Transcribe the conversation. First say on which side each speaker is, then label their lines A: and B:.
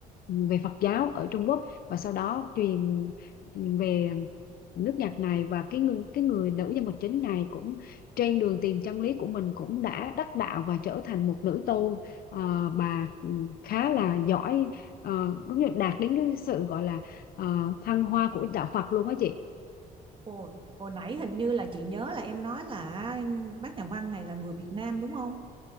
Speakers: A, on the left; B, on the right.
A: ừ, về Phật giáo ở Trung Quốc và sau đó truyền ừ, về nước Nhật này và cái người, cái người nữ nhân vật chính này cũng trên đường tìm chân lý của mình cũng đã đắc đạo và trở thành một nữ tu à, bà ừ, khá là giỏi ờ, cũng như đạt đến cái sự gọi là ờ, thăng hoa của đạo Phật luôn á chị
B: Ồ hồi nãy hình như là chị nhớ là em nói là bác nhà văn này là người Việt Nam đúng không